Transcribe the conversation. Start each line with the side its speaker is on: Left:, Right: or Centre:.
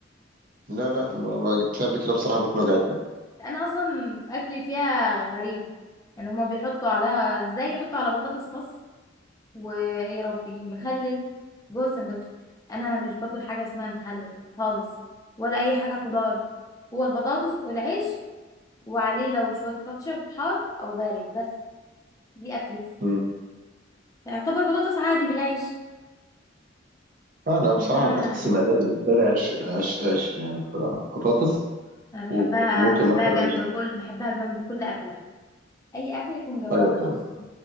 Right: لا لا ما ما جبتها قبل كده بصراحه بطني وجعتني
Left: انا اصلا اكلي فيها غريب يعني هما بيحطوا عليها ازاي يحطوا على بطاطس خس ويا ربي مخلل جوه السندوتش انا مش باكل حاجه اسمها مخلل خالص ولا اي حاجه خضار هو البطاطس والعيش وعليه لو شويه كاتشب حار او بارد بس دي اكلتي
Right: امم
Left: يعتبر بطاطس عادي بالعيش
Right: آه انا
Left: انما
Right: بصراحه البطاطس المقليه بالنسبه لي عش عش عش يعني بصراحه بطاطس
Left: انا بحبها
Right: وممكن
Left: بحبها
Right: مثلا
Left: جنب كل بحبها جنب كل اكله اي اكله يكون جنبها
Right: ايوه
Left: بطاطس
Right: طبعا